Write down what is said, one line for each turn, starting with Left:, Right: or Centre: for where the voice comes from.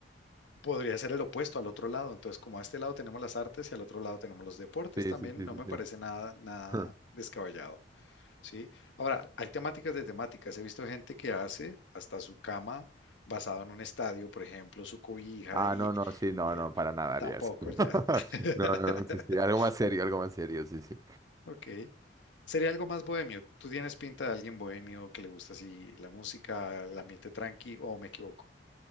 Left: Podría ser el opuesto al otro lado. Entonces, como a este lado tenemos las artes y al otro lado tenemos los deportes
Right: Sí,
Left: también,
Right: sí, sí,
Left: no
Right: sí,
Left: me parece
Right: sí.
Left: nada, nada
Right: <laughs>
Left: descabellado, ¿sí? Ahora, hay temáticas de temáticas. He visto gente que hace hasta su cama basado en un estadio, por ejemplo, su cobija
Right: Ah,
Left: y,
Right: no, no, sí,
Left: y,
Right: no,
Left: eh,
Right: no, para nada haría
Left: tampoco
Right: eso. <laughs>
Left: ya. <laughs>
Right: No, no, no, sí, sí, algo más serio, algo más serio, sí, sí.
Left: Ok. Sería algo más bohemio. ¿Tú tienes pinta de alguien bohemio que le gusta así la música, el ambiente tranqui o me equivoco?